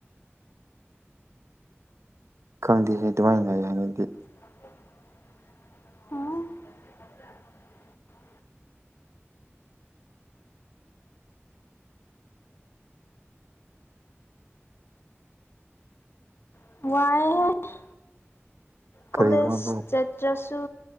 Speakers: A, on the right (about 85°); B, on the left (about 60°).
A: ꯈꯪꯗꯦꯍꯦ ꯑꯗꯨꯃꯥꯏꯅ ꯉꯥꯏ ꯍꯥꯏꯅꯗꯤ
B: <inaudible> <unintelligible> <inaudible> ꯋꯥꯑ ꯍ ꯀꯣꯂꯦꯖ
A: ꯀꯔꯤ ꯋꯥꯕ꯭ꯔꯣ
B: ꯆꯠꯇ꯭ꯔꯁꯨ